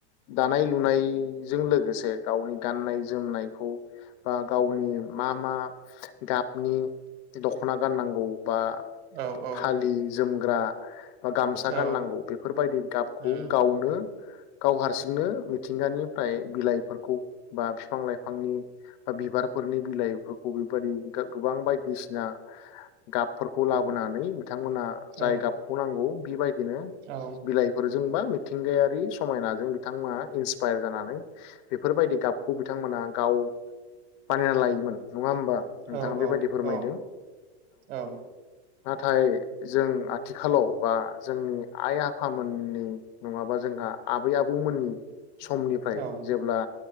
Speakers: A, on the left; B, on the right.
A: दानाय लुनायजों लोगोसे गावनि गाननाय जोमनायखौ बा गावनि मा मा गाबनि दख'ना गाननांगौ बा
B: औ औ
A: फालि जोमग्रा जोमग्रा बा गामसा
B: औ
A: गाननांगौ बेफोरबायदि गाबखौ
B: उम
A: गावनो गाव हारसिंनो मिथिंगानिफ्राय बिलाइफोरखौ बा बिफां लाइफांनि बा बिबारफोरनि बिलाइफोरखौ बेबदि गोबां बायदिसिना गाबफोरखौ लाबोनानै बिथांमोनहा जाय
B: औ
A: गाबखौ नांगौ बेबायदि बिदिनो
B: औ
A: बिलाइफोरजोंबा मिथिंगायारि समायनाजों बिथांमोना इन्सपायार जानानै बेफोरबायदि गाबखौ बिथांमोना गाव बानायना लायमोन नंङा होमबा
B: औ
A: नोंथाङा बेबायदि फोरमायदों
B: औ औ
A: नाथाय जों आथिखालाव बा जोंनि आइ आफामोननि नंङाबा जोंहा आबै आबौमोननि समनिफ्राय
B: औ
A: जेब्ला